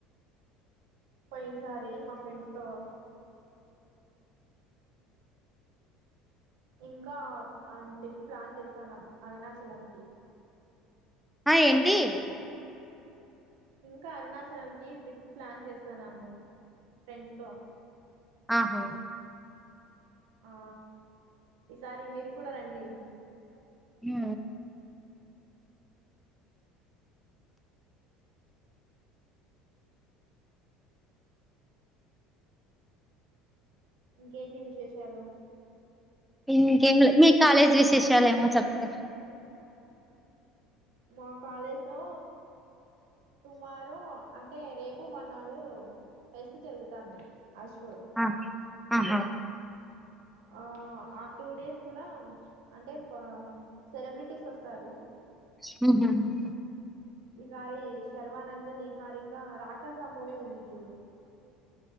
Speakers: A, on the right; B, in the centre.
A: పైన్ స రే మా ఫ్రెండ్స్ త ఇంకా ట్రిప్ ప్లాన్ చేసానుం అరుణాచలం క
B: ఆ ఏంటి
A: ఇంకా అరుణాచలం కి ట్రిప్ ప్లాన్ చేస్తాన్నాము ఫ్రెండ్స్ తో
B: ఆహో
A: ఆ ఈసారి మీరు కూడా రండి
B: ఆ
A: ఇంకేంటి విశేషాలు
B: ఇంకేం మీ కాలేజ్ విశేషాలు ఏమో చెప్తారు
A: మా కాలేజ్ లో టుమారో అంట అంటే రేపు మనాడు పెస్ట్ జరుగుతుంది అశో
B: ఆ ఆహా
A: ఆ ఆ టూ డేస్ కూడా అంటే సెలబ్రిటీస్ వస్తారు
B: హ
A: ఈసారి శర్వానంద్ నిహారిక రాకస మూవీ ఉంది చూడు